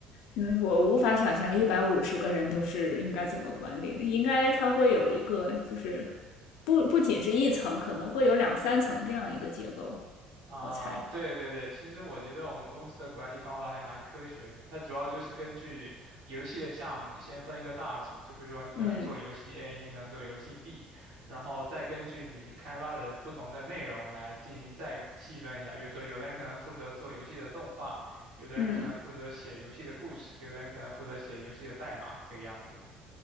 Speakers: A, on the left; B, on the right.
A: 因为我无法想象一百五十个人都是应该怎么管理的，应该它会有一个就是不不仅是一层，可能会有两三层这样一个结构，
B: 啊，
A: 我猜。
B: 对对对，其实我觉得我们公司的管理方法还蛮科学的，它主要就是根据游戏的项目先分一个大组，就比如说你可能做游戏
A: 嗯
B: A，你可能做游戏 B，然后再根据你开发的不同的内容来进行再细分一下，比如说有的人可能负责做游戏的动画，有的人可能负责写游戏的故事，
A: 嗯，
B: 有的人可能负责写游戏的代码，这个样子。